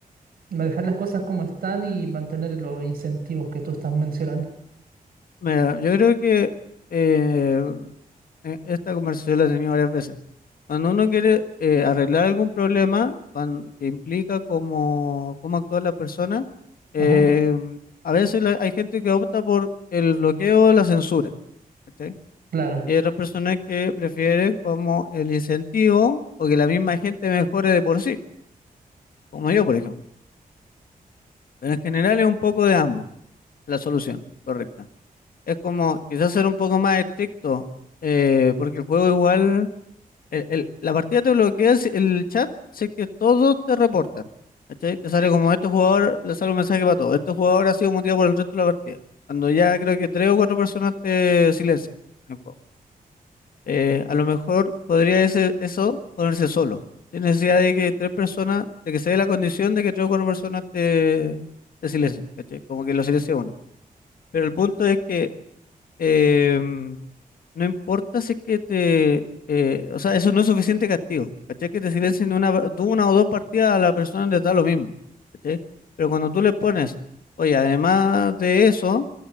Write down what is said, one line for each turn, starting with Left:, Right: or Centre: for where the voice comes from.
Right: manejar las cosas como están y mantener los incentivos que tú estás mencionando?
Left: Mira, yo creo que eh, e- esta conversación la he tenido varias veces. Cuando uno quiere eh, arreglar algún problema cuan- que implica cómo, cómo actúa la persona, eh,
Right: Ajá,
Left: a veces la- hay gente que opta por el bloqueo o la censura, ¿cachai?
Right: claro.
Left: Y hay otras personas que prefieren como el incentivo o que la misma gente mejore de por sí, como yo, por ejemplo. Pero en general es un poco de ambos la solución correcta. Es como quizás ser un poco más estricto, eh, porque el juego igual el- el- la partida te bloquea si- el chat, sé que todos te reportan. ¿Cachai? Te sale como este jugador, le sale un mensaje para todos. Este jugador ha sido muteado por el resto de la partida. Cuando ya creo que tres o cuatro personas te silencian en el juego. Eh, a lo mejor podría ese, eso ponerse solo. Sin necesidad de que tres personas, de que se dé la condición de que tres o cuatro personas te, te silencien. ¿Cachai? Como que lo silencia una. Pero el punto es que em, no importa si es que te, eh, o sea, eso no es suficiente castigo, ¿cachai? Que te silencien de una, de una o dos partidas a la persona le da lo mismo, ¿cachai? Pero cuando tú le pones, oye, además de eso,